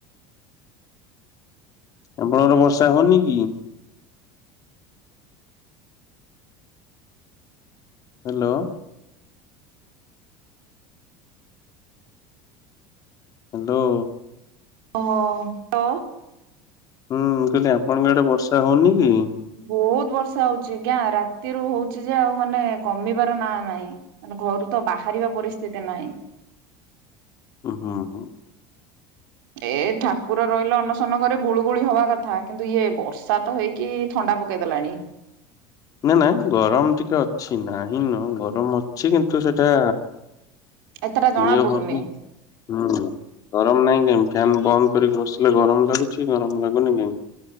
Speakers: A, on the left (about 30°); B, on the right (about 80°).
A: ଆପଣଙ୍କର ବର୍ଷା ହୁଉନି କି? ହ୍ୟାଲୋ। ହ୍ୟାଲୋ।
B: ଓହୋ, ତ
A: ହୁଁ, ମୁଁ କହିଲି ଆପଣଙ୍କ ଆଡେ ବର୍ଷା ହଉନି କି?
B: ବହୁତ ବର୍ଷା ହଉଛି ଆଜ୍ଞା ରାତିରୁୁ ହଉଛି ଯେ ଆଉ ମାନେ କମିବାର ନା ନାହିଁ। ମାନେ ଘରୁ ତ ବାହାରିବା ପରିସ୍ଥିତି ନାହିଁ।
A: ଉଁ, ହୁଁ ହୁଁ।
B: ଏ ଠାକୁର ରହିଲ ଅନସନ ଘରେ ଗୁଳୁଗୁଳି ହବା କଥା, କିନ୍ତୁ ଇଏ ବର୍ଷା ତ ହେଇକି ଥଣ୍ଡା ପକେଇଦେଲାଣି।
A: ନା ନା ଗରମ ଟିକେ ଅଛି ନାହିଁ ନୁହଁ, ଗରମ ଅଛି କିନ୍ତୁ ସେଟା
B: ଏତେଟା ଜଣା
A: ଇଏ
B: ପଡୁନି।
A: ହଉଛି ହୁଁ ଗରମ ନାଇଁ କାଇଁ। ଫ୍ୟନ୍ ବନ୍ଦ କରିକି ବସିଲେ ଗରମ ଲାଗୁଛି ଗରମ ଲାଗୁନି କାଇଁ।